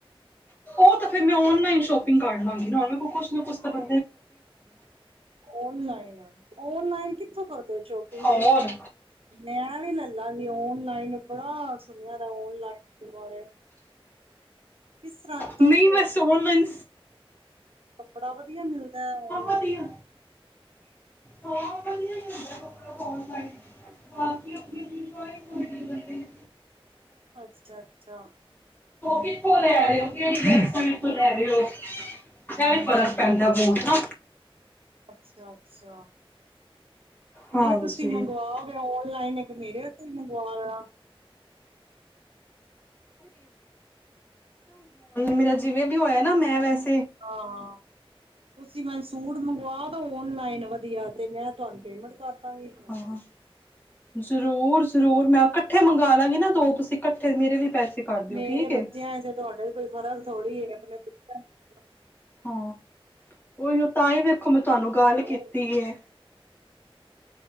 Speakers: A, on the left; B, on the right.
A: ਉਹ ਤਾਂ ਫਿਰ ਮੈਂ ਔਨਲਾਈਨ ਸ਼ੋਪਿੰਗ ਕਰ ਲਾਂਗੀ, ਨਾ ਹੁਣ ਮੈਂ ਕੋ ਕੁਛ ਨਾ ਕੁਛ ਤਾਂ ਬ
B: ਔਨਲਾਈਨ-ਔਨਲਾਈਨ ਕਿੱਥੋਂ ਕਰਦੇ ਹੋ ਸ਼ੋਪਿੰਗ,
A: ਔਰ
B: ਮੈਂ ਵੀ ਲੈਲਾਂਗੀ ਔਨਲਾਈਨ ਬੜਾ ਸੁਣਿਆ ਔਨਲਾਈਨ ਬਾਰੇ ਕਿਸ ਤਰ੍ਹਾਂ ਸਟਫ
A: ਨਹੀਂ ਬਸ ਔਨਲਾਨ
B: ਹ <inaudible> ਬੜਾ ਵਧੀਆ ਮਿਲਦਾ ਹੈ, ਔਨਲਾਈਨ
A: ਵਧੀਆ ਹਾਂ ਵਧੀਆ ਮਿਲਦਾ ਕੱਪੜਾ, ਬਾਕੀ ਆਪਣੀ-ਆਪਣੀ ਚੁਆਇਸ ਹੁੰਦੀ ਐ। ਹੇ
B: ਅੱਛਾ ਅੱਛਾ
A: ਕਿੱਥੋਂ ਲੈ ਰਹੇ ਹੋ ਕਿਹੜੀ <unintelligible> ਤੋਂ ਲੈ ਰਹੇ ਹੋ। ਐ ਵੀ ਫਰਕ ਪੈਂਦਾ ਬਹੁਤ ਨਾ
B: ਅੱਛਾ-ਅੱਛਾ,
A: ਹਾਂਜੀ
B: ਨਹੀਂ ਤੁਸੀਂ ਮੰਗਵਾਓਗੇ ਔਨਲਾਈਨ ਫੇਰ ਮੇਰੇ ਉੱਥੋ ਮੰਗਵਾ ਲੇਨਾ
A: ਮੇਰਾ ਜਿਵੇਂ ਵੀ ਹੋਇਆ ਨਾ ਮੈਂ ਵੈਸੇ
B: ਹਾਂ ਤੁਸੀਂ ਮ ਸੂਟ ਮੰਗਵਾਓ ਤਾਂ ਔਨ ਲਾਈਨ ਵਧੀਆ ਤੇ ਮੈਂ ਤੁਹਾਨੂੰ ਪੇਮੈਂਟ ਕਰ ਕਰਦਾਗੀ ਹੋਰ
A: ਹਾਂ
B: ਕੀ
A: ਜ਼ਰੂਰ ਜ਼ਰੂਰ ਮੈਂ ਘ ਇਕੱਠੇ ਮੰਗਲਾਂਗੀ
B: ਹਾਂ
A: ਨਾ ਦੋ ਤੁਸੀਂ ਇੱ ਫਿਰ ਮੇਰੇ ਵੀ ਪੈਸੇ ਕਰ ਦਿਓ
B: ਮੇਰੇ
A: ਠੀਕ
B: ਬੱਚਿਆਂ
A: ਏ
B: ਜਾਂ ਤੁਹਾਡਾ ਕੋਈ ਫਰਕ ਥੋੜੀ ਹੈਗਾ <unintelligible>
A: ਹਾਂ, ਉਹੀ ਤਾਂ ਹੀ ਵੇਖੋ ਮਤ ਤੁਹਾਨੂੰ ਗੱਲ
B: ਨੂੰ
A: ਕੀਤੀ ਐ।